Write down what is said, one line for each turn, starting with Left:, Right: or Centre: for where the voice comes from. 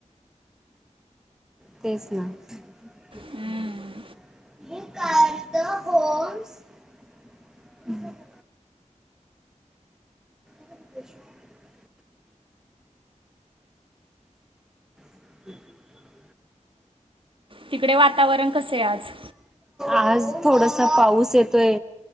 Centre: तेच ना. <unintelligible>
Right: हम्म.
Centre: <inaudible> <inaudible>
Right: तिकडे वातावरण कसे आहे आज.
Centre: आज थोडंसं पाऊस येतोय